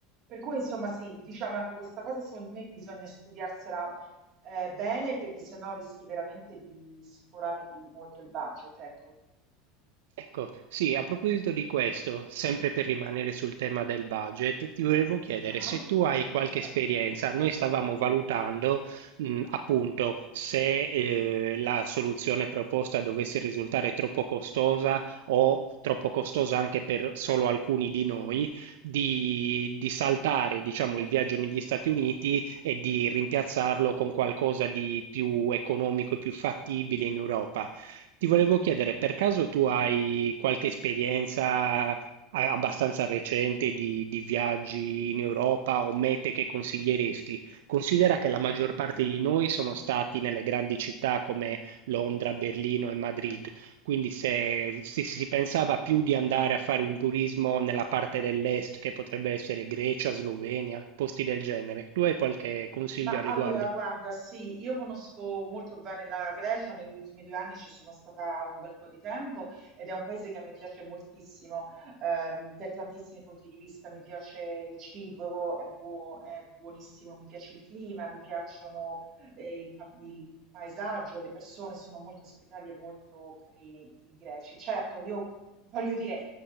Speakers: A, on the right; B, on the right.
A: Per cui, insomma, sì, diciamo, ecco, questa cosa secondo me bisogna studiarsela eh, bene perché sennò rischi veramente di sforare di molto il budget, ecco.
B: Ecco, sì, a proposito di questo, sempre per rimanere sul tema del budget, ti volevo chiedere
A: Ah,
B: se tu hai qualche
A: certo.
B: esperienza. Noi stavamo valutando, mh, appunto, se, eh, la soluzione proposta dovesse risultare troppo costosa o troppo costosa anche per solo alcuni di noi, di, di saltare, diciamo, il viaggio negli Stati Uniti e di rimpiazzarlo con qualcosa di più economico e più fattibile in Europa. Ti volevo chiedere, per caso tu hai qualche esperienza a- abbastanza recente di, di viaggi in Europa o mete che consiglieresti? Considera che la maggior parte di noi sono stati nelle grandi città come Londra, Berlino e Madrid, quindi se, se si pensava più di andare a fare un turismo nella parte dell'est, che potrebbe essere Grecia, Slovenia, posti del genere, tu hai qualche consiglio
A: Ma
B: al
A: allora,
B: riguardo?
A: guarda, sì, io conosco molto bene la Grecia, negli ultimi due anni ci sono stata un bel po' di tempo ed è un paese che mi piace moltissimo, ehm, per tantissimi punti di vista, mi piace il cibo, è buo- è buonissimo, mi piace il clima, mi piacciono, eh, il, pa- il paesaggio, le persone sono molto ospitali e molto carini i greci. Certo, io voglio dire,